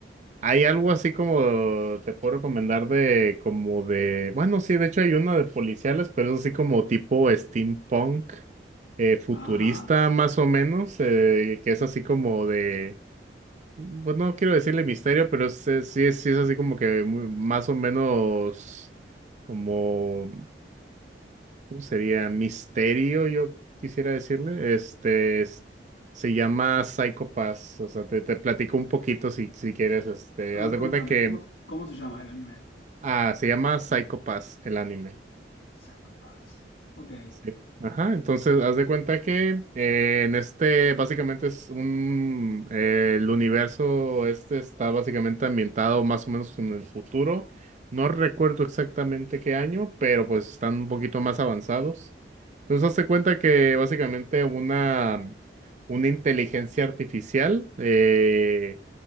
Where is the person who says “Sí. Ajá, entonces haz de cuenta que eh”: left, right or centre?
Right